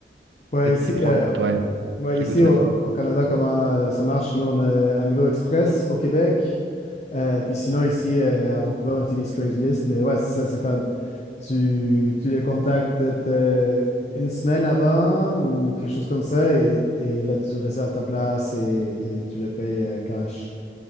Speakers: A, on the left; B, on the right.
A: ouais,
B: peut-être
A: ici,
B: t'y prendre.
A: euh,
B: Ouais,
A: ouais,
B: j'écoute,
A: ici
B: vas-y.
A: au, au- au Canada, comment euh, ça marche? Nous, on a Amigo Express au Québec. Euh, puis sinon, ici, euh, à Vancouver, on utilise Craigslist. Mais ouais, c'est ça, c'est comme Tu, tu les contactes peut-être euh, une semaine avant ou quelque chose comme ça et, et là tu réserves ta place et, et tu les payes euh, cash.